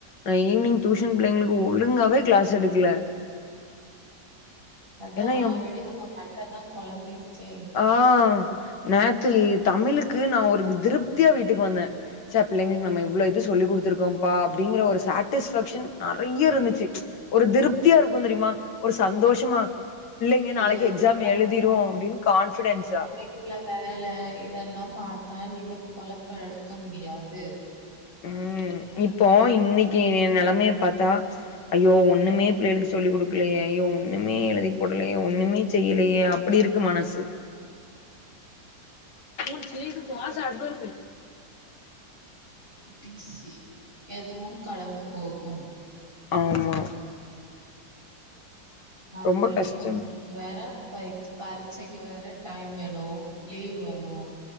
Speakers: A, on the left; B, on the right.
A: நா ஈவினிங் டியூஷன் பிள்ளைங்களுக்கு ஒழுங்காவே கிளாஸ் எடுக்கல
B: அதா
A: என்ன
B: ஆல்ரெடி
A: எம்
B: உங்க மண்டதா கொழம்பிருச்சே
A: ஆ நேத்தி தமிழுக்கு நா ஒரு திருப்தியா வீட்டுக்கு வந்தே ச்ச பிள்ளைங்களுக்கு நம்ம இவ்ளோ இது சொல்லி குடுத்துருக்கோம்ப்பா அப்டிங்ற ஒரு சாட்டிஸ்ஃபாக்ஷன் நறைய இருந்துச்சு ஒரு திருப் த்தியா இருக்கு தெரியுமா ஒரு சந்தோஷமா பிள்ளைங்க
B: இது
A: நாளைக்கு எக்ஸாம்
B: <inaudible>
A: எழுதிரு அப்டின்னு கான்ஃபிடென்ஸா
B: அன்னைக்குள்ள வேல இதெல்லா அதான் நீங்க பொழப்ப எடுக்க முடியாது
A: ம் இப்போ இன்னைக்கி ஏ நெலமய பாத்தா ஐயோ ஒன்னுமே பிள்ளைகளுக்கு சொல்லி குடுக்கலயே யே ஒன்னுமே எழுதி போடலயே ஒன்னுமே செய்யலயே அப்டி இருக்கு மனசு ம் <unintelligible> தோச அடுப்லருக்கு
B: டேக் இட் ஈசி எதுவு கடந்து போகும்
A: ஆமா
B: ஆல்ரெடி
A: ரொம்ப கஷ்டம்
B: ஒங்குளுக்கு வேற பைய் பரீட்ச்சைக்கு வேற டைம் வேணு லீவ் வேணு